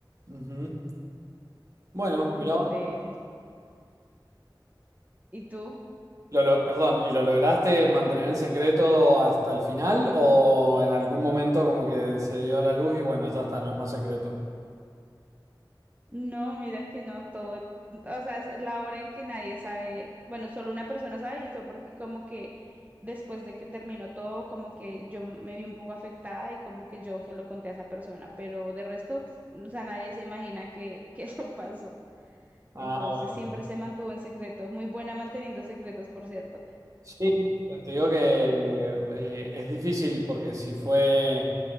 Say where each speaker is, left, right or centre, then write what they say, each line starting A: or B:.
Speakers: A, on the right; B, on the right.
A: Ujú. Bueno, mirá,
B: en donde, ¿y tú?
A: lo, lo- perdón, ¿y lo lograste mantener en secreto hasta el final o en algún momento como que se dio la luz y bueno, ya está, no es más secreto?
B: No, mira que no, todo, o sea, es la hora en que nadie sabe, bueno, solo una persona sabe y fue porque como que después de que terminó todo, como que yo me vi un poco afectada y como que yo se lo conté a esa persona, pero de resto, pues, o sea, nadie se imagina que, que <laughs> eso pasó.
A: Ah,
B: Entonces
A: bueno.
B: siempre se mantuvo en secreto, muy buena manteniendo secretos, por cierto.
A: Sí, te digo que eh, es difícil porque si fue,